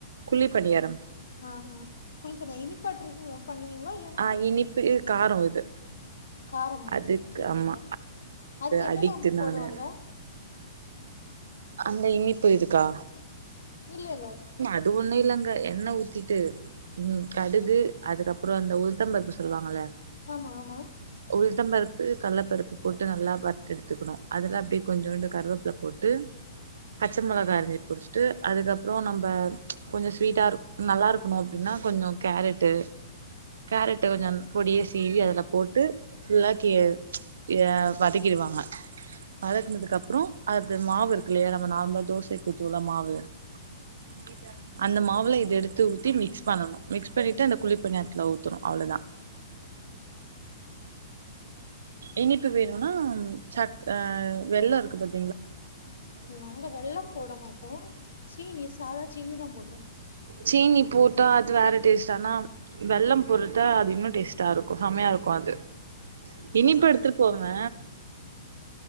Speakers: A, on the right; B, on the left.
A: குழிப்பணியாரம்
B: ஆ ஆ குழிப்பபணியா இனிப்பாட்டு இருக்கு பண்ணுவீங்களா இல்லனா
A: ஆ இனிப்பு காரோ இது
B: காரமும்
A: அதுக்கு
B: குழிப்பணியாரம்
A: ஆமா
B: அதுக்கு என்னெல்லாம்
A: அடிக்ட்டு நானு
B: போடுவாங்க
A: அந்த இனிப்பு இருதுக்கா
B: இல்ல இல்ல
A: இது ஒன்னு இல்லங்க எண்ண ஊத்திட்டு ம் கடுகு அதுக்கப்றம் அந்த உளுதம்பருப்பு சொல்வாங்ல்ல
B: ஆமா ஆமா
A: உளுதம் பருப்பு கள்ள பருப்பு போட்டு நல்லா வறுத்து எடுத்துக்கணு அதுல அப்டியே கொஞ்சுண்டு கருவேப்பல போட்டு பச்சை மெளகா அரைஞ்சி புச்சிட்டு அதுக்கப்றம் நம்ம கொஞ்ச ஸ்வீட்டா இரு நல்லா இருக்கணும் அப்டின்னா கொஞ்ச கேரட்டு கேரட்டு கொஞ்சொம் பொடிய சீவி அதுல போட்டு ஃபுல்லாக்கி யா வதக்கிருவாங்க வதக்குனதுக்கப்புறோ அது அப்டி மாவு இருக்குல்லையா நம்ம நார்மலா தோசைக் ஊத்துவோல்ல மாவு <unintelligible> அந்த மாவுல இத எடுத்து ஊத்தி மிக்ஸ் பண்ணணு மிக்ஸ் பண்ணிட்டு அந்த குளி பணியாரத்துல ஊத்தணு அவ்ளோதா இனிப்பு வேணும்னா சக் அ வெல்லோ இருக்கு பாத்
B: நாங்க வெல்லம் போட மாட்டோ சீனி சாதா சீனிதா போடுறோ
A: சீனி போட்டா அது வேற டேஸ்ட் ஆனா வெல்லம் போருட்டா அது இன்னு டேஸ்டாருக்கு செமையா இருக்கு அது இனிப்பு எடுத்துட்டு
B: ம்
A: போவ்ங்க